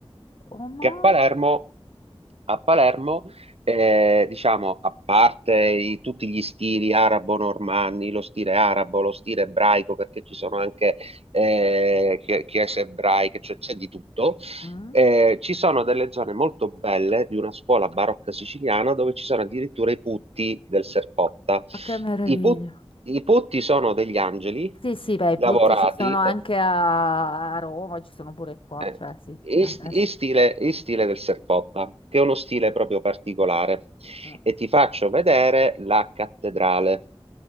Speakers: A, on the left (about 60°); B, on the right (about 85°).
A: oh mamma,
B: che a Palermo, a Palermo eh, diciamo, a parte i- tutti gli stili arabo-normanni, lo stile arabo, lo stile ebraico, perché ci sono anche eh, chie- chiese ebraiche, cioè c'è di tutto.
A: Mm?
B: eh, ci sono delle zone molto belle di una scuola barocca siciliana dove ci sono addirittura i putti del Serpotta.
A: Ma che meraviglia.
B: I, put- i putti sono degli angeli
A: Sì, sì, beh, i
B: lavorati.
A: putti ci sono anche
B: eh,
A: a, a Roma, ci sono pure qua,
B: eh,
A: cioè sì, eh,
B: in,
A: adesso.
B: st- in stile, in stile del Serpotta, che è uno stile proprio particolare.
A: mm,
B: E ti faccio vedere la cattedrale.